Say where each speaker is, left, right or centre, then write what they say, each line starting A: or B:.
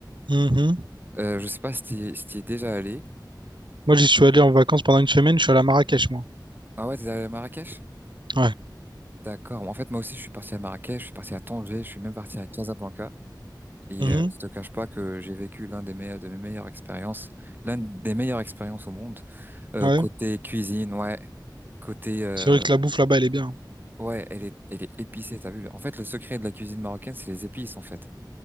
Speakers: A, on the right; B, on the right.
A: Mhm.
B: Euh, je sais pas si t'y si t'y es déjà allé.
A: Moi, j'y suis allé en vacances pendant une semaine, je suis allé à Marrakech, moi.
B: Ah ouais, t'es allé à Marrakech?
A: Ouais.
B: D'accord. En fait, moi aussi, je suis parti à Marrakech, je suis parti à Tanger, je suis même parti à Casablanca. Et
A: Mhm.
B: euh, je te cache pas que j'ai vécu l'un des meilleurs, de mes meilleures expériences, l'une des meilleures expériences au monde. Euh,
A: Ouais.
B: côté cuisine, ouais. Côté, euh,
A: C'est vrai que la bouffe là-bas, elle est bien.
B: ouais, elle est, elle est épicée, t'as vu. le- En fait, le secret de la cuisine marocaine, c'est les épices, en fait.